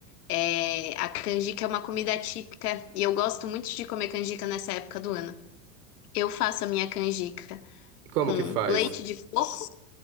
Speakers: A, on the left; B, on the right.
A: É, a canjica é uma comida típica e eu gosto muito de comer canjica nessa época do ano. Eu faço a minha canjica
B: E como
A: com
B: que faz?
A: leite de coco,